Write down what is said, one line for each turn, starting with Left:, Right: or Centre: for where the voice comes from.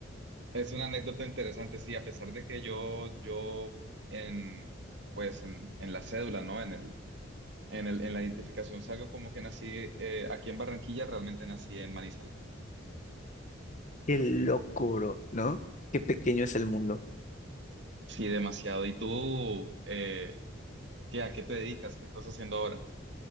Right: es una anécdota interesante, sí, a pesar de que yo, yo en, pues en, en la cédula, ¿no? En el, en el, en la identificación salgo como que nací eh, aquí en Barranquilla, realmente nací en Manizales.
Left: Qué locuro, ¿no? Qué pequeño es el mundo.
Right: Sí, demasiado. ¿Y tú, eh, qué, a qué te dedicas? ¿Qué estás haciendo ahora?